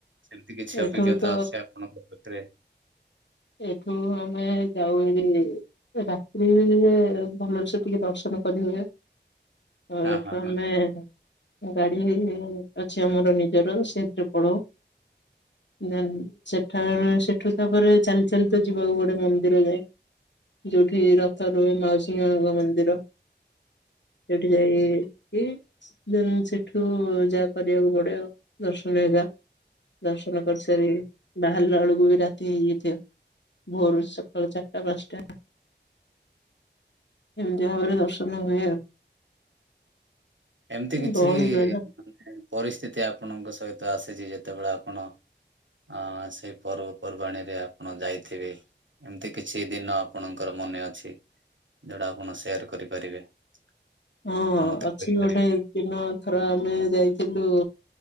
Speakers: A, on the right (about 90°); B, on the left (about 70°).
A: ସେମିତି କିଛି
B: ଏଠୁ
A: ଅଭିଜ୍ଞତା
B: ତ
A: ଅଛି ଆପଣଙ୍କ ପାଖରେ
B: ଏଠୁ ଆମେ ଯାଉ ଏ ରାତ୍ରିରେ ଭଲସେ ଟିକେ ଦର୍ଶନ କରି ହୁଏ। ଏଠୁ
A: ହଁ ହଁ
B: ଆମେ
A: ହଁ
B: ଗାଡି ଅଛି ଆମର ନିଜର ସେଥିରେ ପଳାଉ। ଦେନ୍ ସେଠାରୁ ସେଠୁ ତାପରେ ଚାଲି ଚାଲି ତ ଯିବାକୁ ପଡେ ମନ୍ଦିର ଯାଏ। ଯୋଉଠି ରଥ ରୁହେ ମାଉସିମାଙ୍କ ମନ୍ଦିର। ସେଠି ଯାଇକି ସେଠୁ ଯାହା କରିବାକୁ ପଡିବ ଦର୍ଶ <unintelligible> ଦର୍ଶନ କରିସାରିକି ବାହାରିଲା ବେଳକୁ ବି ରାତି ହେଇଯାଇଥିବ। ଭୋରୁ ସକାଳ ଚାରିଟା ପାଞ୍ଚଟା ଏମିତି ଭାବରେ ଦର୍ଶନ ହୁଏ ଆଉ।
A: ଏମିତି କିଛି
B: ଗହଳି ରୁହେ ନା
A: ମାନେ ପରିସ୍ଥିତି ଆପଣଙ୍କ ସହିତ ଆସିଛି ଯେତେବେଳେ ଆପଣ ହଁ ସେଇ ପର୍ବପର୍ବାଣିରେ ଆପଣ ଯାଇଥିବେ। ଏମିତି କିଛି ଦିନ ଆପଣଙ୍କର ମନେ ଅଛି ଯୋଉଟା ଆପଣ ସେୟାର କରିପାରିବେ। ଆପଣ
B: ହଁ
A: ମତେ
B: ଅଛି
A: କହିପାରିବେ
B: ଗୋଟେ ଦିନ ଥରେ ଆମେ ଯାଇଥିଲୁ